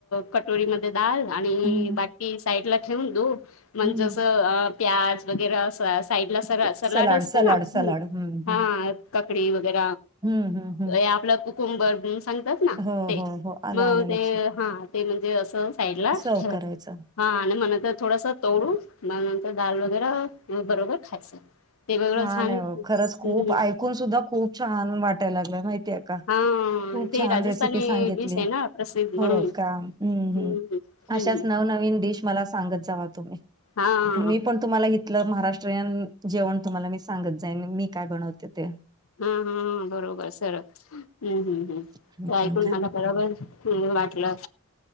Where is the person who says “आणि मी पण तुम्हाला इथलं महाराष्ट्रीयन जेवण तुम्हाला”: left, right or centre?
Right